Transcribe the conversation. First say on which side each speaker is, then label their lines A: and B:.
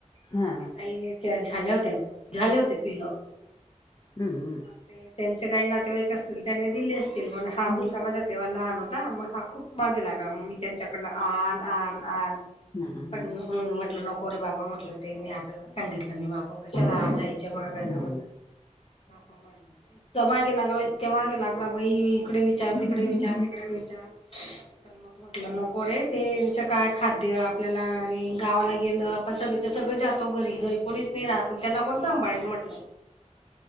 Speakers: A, on the left; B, on the left.
A: हा
B: मग ते काही झाल्या होत्या, झाले होतेय पिलं.
A: हम्म-हम्म.
B: मग त्यांचे काही नातेवाईक असतील. त्यांनी दिले असतील, पण हा मु
A: हम्म
B: तेव्हा लहान होता. मग हा खूप मागे लागा, मग मी त्यांच्याकडनं आण आण आ
A: हम्म
B: पण
A: हम्म
B: म्हटलं नकोरे बाबा म्हटलं ते, त्यांनी आपल्याला सांगितलं नाही. मग आप पण कशाला जायच मागायला,
A: हम्म
B: मग म्हणलं त्यामागे लागला, इतक्या मागे लागला, बाई इकडे विचार,
A: बरोबर
B: तिकडे विचार, तिकडे विचार, पण मग म्हटलं नकोरे तेच काय खाद्य आपल्याला आणि गावाला गेलं. आपण सगळेच्या सगळे जातो घरी-घरी. कोणीच नाही राहत. मग त्यांना कोण सांभाळेल म्हटलं.